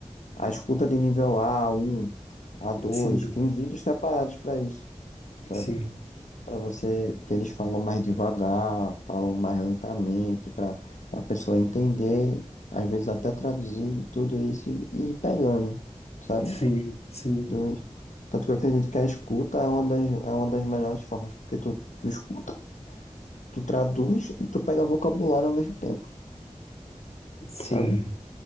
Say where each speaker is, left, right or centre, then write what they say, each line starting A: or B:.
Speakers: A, on the left; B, on the left.
A: A escuta de nível a um a dois
B: Sim.
A: tem vídeos separados para isso, sabe?
B: Sim.
A: Para você, que eles falam mais devagar, falam mais lentamente, para a pessoa entender, às vezes até traduzir tudo isso e e ir pegando, sabe?
B: Sim. Sim.
A: Dois. Tanto que eu acredito que a escuta é uma das, é uma das melhores formas, porque tu, tu escuta, tu traduz e tu pega vocabulário ao mesmo tempo,
B: Sim.
A: sabe?